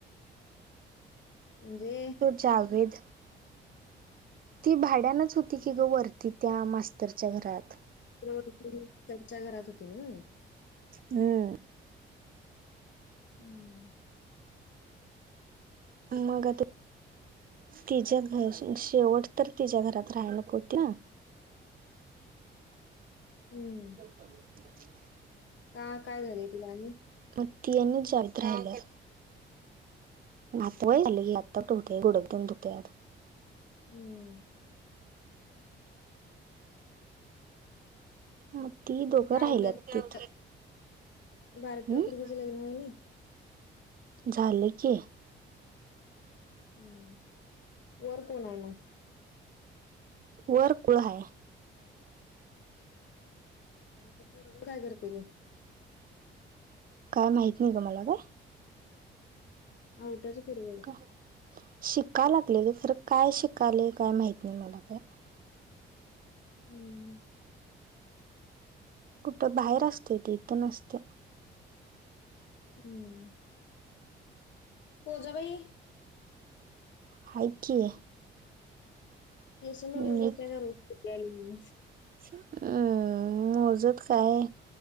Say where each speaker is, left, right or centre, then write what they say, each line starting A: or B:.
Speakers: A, on the left (about 65°); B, on the right (about 45°).
A: म्हणजे
B: जावेद ती भाड्यानच होती की ग वरती त्या मास्तरच्या घरात
A: त्यांच्या घरात होती ना
B: हो
A: हम्म
B: मग ते तिच्या घर शेवट तर तिच्या्या घरात राह नक होत
A: हम्म
B: <inaudible>
A: का काय झालंय तिला आणि
B: मग तिन जत राहिलं हवा झाली आता ठेवते गोडद धुततेत
A: हम्म
B: म ती दोघं
A: त्या
B: राहिल्यात
A: आवट्या
B: तिथ
A: बारक्या
B: हम्म
A: पूर्गेचे लग्न आहे ना
B: झालं की
A: हम्म वर कोण आहे मग
B: वर कुळय
A: आणि ते बरग काय करते ग
B: काय माहीत नाही का मला काय
A: आवटच करू
B: काय शिका लागले का सर काय शिकाले काय माहत नाही मला काय
A: हम्म
B: कुठं बाहेर असते ते इथं नसते.
A: हम्म कोझ भाई
B: हाय की
A: <unintelligible>
B: मी ह मोजत काय